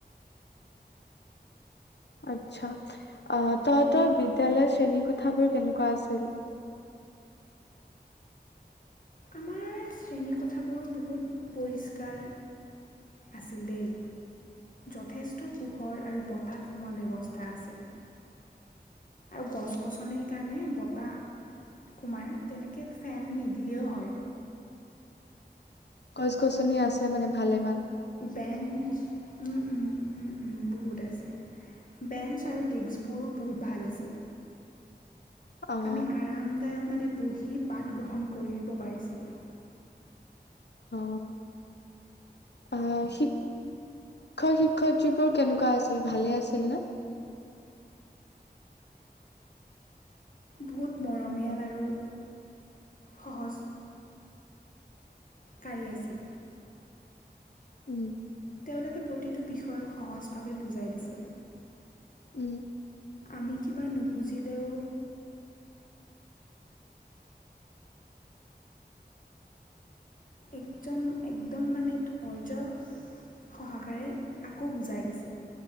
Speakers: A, on the left; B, on the left.
A: আচ্ছা। আহ তহত বিদ্যালয়ৰ শ্ৰেণী কোঠাবোৰ কেনেকুৱা আছিল?
B: আমাৰ শ্ৰেণীকোঠাবোৰ বহুত পৰিষ্কাৰ আছিল দেই। যথেষ্ট পোহৰ আৰু বতাহ সোমোৱা ব্যৱস্থা আছিল। আৰু গছ গছনিৰ কাৰণে বতাহ সোমায় তেনেকৈ ফেন নিদিলেও হয়।
A: গছ গছনি আছে মানে ভালে মান।
B: বেঞ্চ, উম উম উম উম বহুত আছে। বেঞ্চ আৰু ডেস্কবোৰ বহুত ভাল আছিল।
A: অ',
B: আমি আৰামদায়ক মানে বহি পাঠ গ্ৰহণ কৰিব পাৰিছিলোঁ।
A: অ আহ শিক্ষক শিক্ষয়িত্ৰীবোৰ কেনেকুৱা আছিল ভালে আছিল নে?
B: বহুত মৰমীয়াল আৰু সহজ। কাঢ়ী আছিল
A: উম
B: তেওঁলোকে প্ৰতিটো বিষয় সহজভাৱে বুজাই দিছিল।
A: উম
B: আমি কিবা নুবুজিলেও, একদম একদম মানে ধৈৰ্য সহকাৰে আকৌ বুজাই দিছিল।